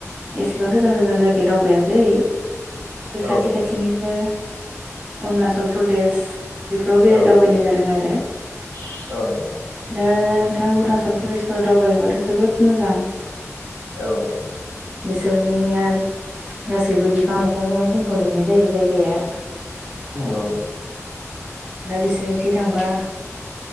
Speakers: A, on the right; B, on the right.
A: एसेबां गोजान गोजान जायगायाव दावबायाखै बे
B: औ
A: खाथि
B: नोंथां
A: खाथिनिनो अरनाचल प्रदेस बेफोराव बेराय
B: औ
A: दावबायनाय
B: नोंथां
A: जादों आरो
B: औ नोंथां
A: दा नोंथां अरुणाचल प्रदेशफोराव दावबायोबाथ' जोबोद मोजां
B: औ नोंथां
A: बिसोरनिया गासैबो बिफां लाइफांजोंनो बुंफ'जोबनाय जायो जायगाया।
B: नोंगौ नोंथां
A: दा बिसोरनिखि थांबा